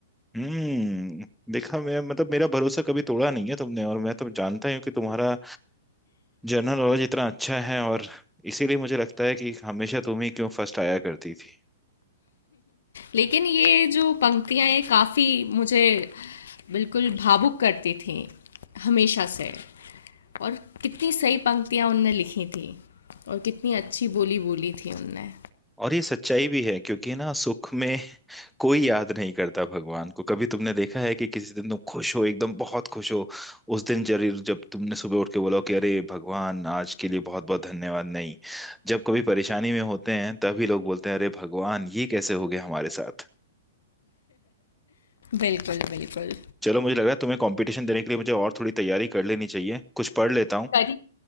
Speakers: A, in the centre; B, on the left (about 80°).
A: हम्म देखा मैं मतलब मेरा भरोसा कभी तोड़ा नहीं है तुमने और मैं तो जानता ही हूँ कि तुम्हारा जनरल नॉलेज इतना अच्छा है और इसीलिए मुझे लगता है कि हमेशा तुम ही क्यों फर्स्ट आया करती थी
B: लेकिन ये जो पंक्तियां ये काफ़ी मुझे बिल्कुल भावुक करती थी हमेशा से और कितनी सही पंक्तियां उनने लिखी थी और कितनी अच्छी बोली बोली थी उनने
A: और ये सच्चाई भी है क्योंकि ना सुख में कोई याद नहीं करता भगवान को कभी तुमने देखा है कि किसी दिन तुम खुश हो एकदम बहुत खुश हो उस दिन जरूर जब तुमने सुबह उठ के बोला हो कि अरे भगवान आज के लिए बहुत बहुत धन्यवाद नहीं जब कभी परेशानी में होते हैं तभी लोग बोलते हैं अरे भगवान ये कैसे हो गया हमारे साथ
B: बिल्कुल बिल्कुल
A: चलो मुझे लग रहा है तुम्हें कंपटीशन देने के लिए मुझे और थोड़ी तैयारी कर लेनी चाहिए कुछ पढ़ लेता हूँ
B: करी